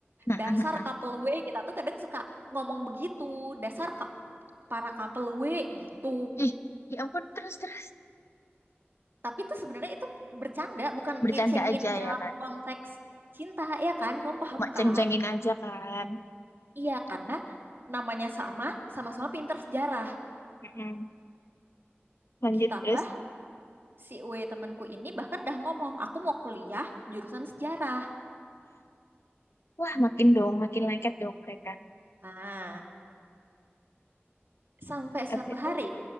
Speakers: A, on the left; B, on the right.
A: Mm-mm.
B: Dasar couple W, kita tuh kadang suka ngomong begitu, dasar ka- para couple W gitu.
A: Ih, ya ampun, terus, terus.
B: Tapi itu sebenarnya itu bercanda, bukan
A: Bercanda
B: ngecengin
A: aja
B: dalam
A: ya kan.
B: konteks cinta, ya kan? Kamu paham
A: cuma ceng-cengin
B: kan?
A: aja kan
B: Iya, karena namanya sama, sama-sama pinter sejarah.
A: Mm-mm. lanjut
B: Ditambah
A: terus
B: si W temanku ini bahkan dah ngomong, aku mau kuliah jurusan sejarah.
A: wah makin dong makin lengket dong mereka
B: Nah, sampai
A: habis
B: suatu
A: itu
B: hari